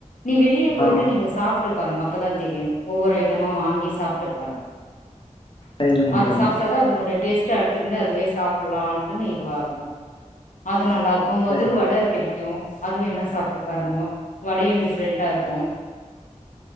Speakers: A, on the left; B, on the left.
A: நீ வெளியே போய்ட்டு
B: ஆ
A: நீங்க சாப்ட்டு பாருங்க அப்பதா தெரியு ஒவ்வொரு ஐட்டமா வாங்கி சாப்ட்டு பாருங்க
B: சரிங்க
A: அத
B: தோழி
A: சாப்ட்டாதா அதனுடைய டேஸ்ட் அடுத்திருந்து அதுவே சாப் லாம்ட்டு இதுவாருக்கு அது நல்லாருக்கு மிதுர்
B: சரி
A: வட கிடை க்கு அதுவேணா சாப்ட்டு பாருங்க வடையு டிஃப்ரெண்ட் இருக்கு